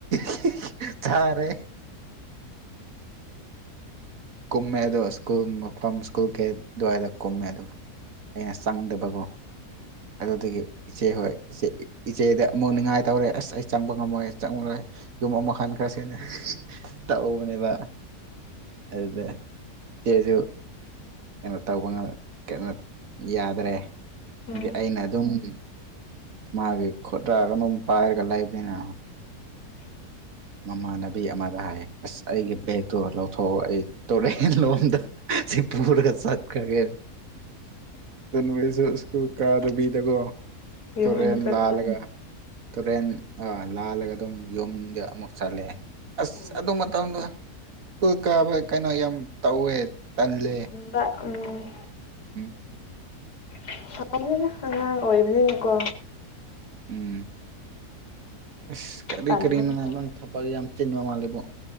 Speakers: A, on the right; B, on the left.
A: <unintelligible> ꯆꯥꯔꯦ꯫ <unintelligible> ꯃꯦꯗꯣ ꯁ꯭ꯀꯨꯜ ꯃꯐꯝ ꯁ꯭ꯀꯨꯜ ꯒꯦꯠ ꯗ꯭ꯋꯥꯏꯗ ꯀꯨꯝꯃꯦ ꯑꯗꯨ ꯑꯩꯅ ꯆꯪꯗꯕꯀꯣ꯫ ꯑꯗꯨꯗꯒꯤ ꯏꯆꯦ ꯍꯣꯏ ꯏꯆꯦ ꯏꯆꯦꯗ ꯑꯃꯨꯛ ꯅꯤꯉꯥꯏ ꯇꯧꯔꯦ ꯑꯁ ꯑꯩ ꯆꯪꯕ ꯉꯝꯃꯣꯏ ꯆꯪꯉ꯭ꯔꯣꯏ꯫ ꯌꯨꯝ ꯑꯃꯨꯛ ꯍꯟꯈ꯭ꯔꯁꯦꯅ <unintelligible> ꯇꯧꯕꯅꯦꯕ꯫ ꯑꯗꯨꯗ ꯆꯦꯖꯨ_ _ ꯀꯩꯅꯣ ꯇꯧꯕꯉ ꯀꯩꯅꯣ ꯌꯥꯗ꯭ꯔꯦ꯫ ꯁꯤꯗꯤꯑꯩꯅ
B: ꯎꯝ
A: ꯑꯗꯨꯝ_ _ ꯃꯥꯒꯤ ꯈꯣꯠꯇꯒ ꯑꯗꯨꯝ ꯄꯥꯏꯔꯒ ꯂꯩꯕꯅꯤꯅ_ _
B: <inaudible>
A: ꯃꯃꯥꯟꯅꯕꯤ ꯑꯃꯗ ꯍꯥꯏ ꯑꯁ ꯑꯩꯒꯤ ꯕꯦꯒꯇꯣ ꯂꯧꯊꯣꯛꯑꯣ ꯑꯩ ꯇꯨꯔꯦꯜ ꯂꯣꯝꯗ_ _ ꯁꯤ ꯄꯨꯔꯥ ꯆꯠꯈꯔꯥꯒꯦ꯫ <unintelligible> ꯁ꯭ꯀꯨꯜ ꯀꯥꯗꯕꯤꯗꯒꯣ
B: ꯌꯨꯝ
A: ꯇꯨꯔꯦꯟ
B: ꯑꯃꯨꯛ ꯆꯠꯄ
A: ꯂꯥꯜꯂꯒ_ _ ꯇꯨꯔꯦꯟ ꯑ ꯂꯥꯜꯂꯒ ꯑꯗꯨꯝ ꯌꯨꯝꯗ ꯑꯃꯨꯛ ꯆꯠꯂꯦ ꯑꯁ
B: ꯎꯝ
A: ꯑꯗꯨ ꯃꯇꯝꯗꯣ_ _ ꯁꯀꯨꯜ ꯀꯥꯕ ꯀꯩꯅꯣ ꯌꯥꯝ ꯇꯧꯋꯦ ꯇꯜꯂꯦ꯫
B: ꯕ ꯎꯝ
A: ꯎꯝ
B: <unintelligible> ꯑꯉꯥꯡ ꯑꯣꯏꯕ ꯅꯤꯅꯀꯣ
A: ꯎꯝ ꯑꯁ ꯀꯔꯤ
B: ꯇꯟꯕ
A: ꯀꯔꯤ ꯅꯣꯅ
B: ꯃꯇꯝ
A: ꯅꯪ ꯊꯛꯕꯛ ꯌꯥꯝ ꯆꯤꯟꯕ ꯃꯥꯜꯂꯦꯕꯣ